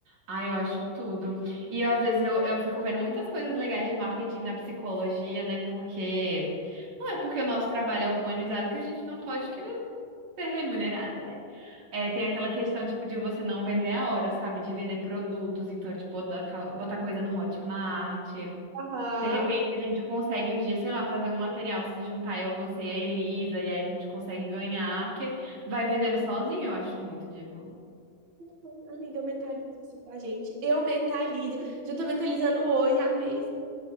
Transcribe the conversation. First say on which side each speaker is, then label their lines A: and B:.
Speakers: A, on the right (about 40°); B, on the right (about 80°).
A: Ai, eu acho tudo. E eu, às vezes eu, eu fico vendo muitas coisas legais de marketing na psicologia, né? Porque não é porque o nosso trabalho é humanizado que a gente não pode querer ser remunerado, né? É, tem aquela questão, tipo, de você não vender a hora, sabe? De vender produtos. Então, tipo, botar botar coisa no Hotmart.
B: Aham.
A: De repente a gente consegue um dia, sei lá, fazer um material, se juntar eu, você e a Elisa, e aí a gente consegue ganhar, porque vai vendendo sozinho, eu acho muito divo.
B: Ai, Amiga, eu mentalizo isso pra gente. Eu mentalizo. Já tô mentalizando hoje, amém.